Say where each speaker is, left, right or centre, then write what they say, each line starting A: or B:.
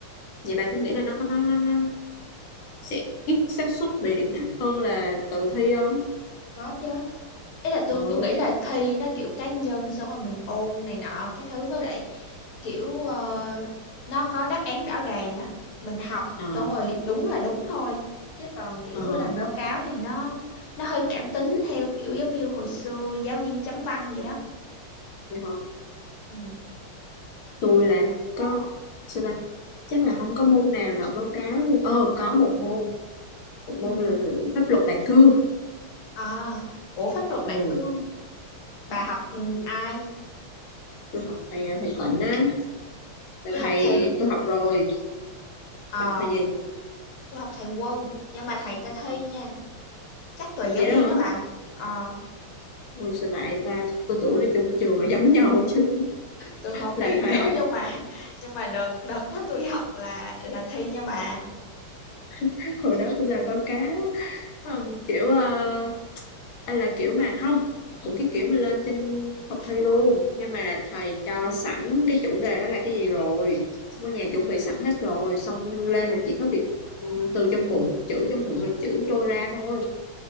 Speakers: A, on the left; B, on the left.
A: vậy bà cũng nghĩ là nó nó nó, nó sẽ ít xác suất bị điểm thấp hơn là tự thi không
B: Có chứ. ấy là tôi
A: ừ
B: tôi nghĩ là thi nó kiểu cá nhân xong rồi mình ôn này nọ cái thứ với lại kiểu ờ, nó có đáp án rõ ràng á mình học
A: ờ
B: xong rồi đúng là đúng thôi chứ còn kiểu
A: ờ
B: làm báo cáo thì nó nó hơi cảm tính theo kiểu giống như hồi xưa giáo viên chấm văn vậy đó
A: Dạ hả?
B: Ừ.
A: Tôi là không có sao ta? Chắc là không có môn nào nộp báo cáo luôn. Ờ có một môn, một
B: ừ
A: môn là pháp luật đại cương.
B: à ủa pháp luật
A: Ừ,
B: đại cương bà học ừ, ai
A: tôi học thầy à, thầy Thịnh á, là
B: tôi học
A: thầy
B: thầy
A: tôi học rồi.
B: ờ
A: Tôi học thầy gì?
B: tôi học thầy quân nhưng mà thầy cho thi
A: Ờ,
B: nha chắc tùy giáo
A: Vậy
B: viên
A: đó hả?
B: á bà ờ
A: Ui sao lại ta tôi tưởng là chung trường là giống nhau chứ.
B: tôi không
A: Là
B: biết
A: thầy
B: nữa nhưng mà nhưng mà đợt đợt đó tôi học là là thi nha bà
A: <laughs> hồi đó tôi làm báo cáo. Ờ, kiểu ờ, Anh là kiểu mà không cũng cái kiểu mà lên trên học thầy luôn nhưng mà là thầy cho sẵn cái chủ đề đó là cái gì rồi xong ở nhà chuẩn bị sẵn hết rồi xong lên là chỉ có việc ừ, từ trong bụng chữ trong bụng là chữ trôi ra thôi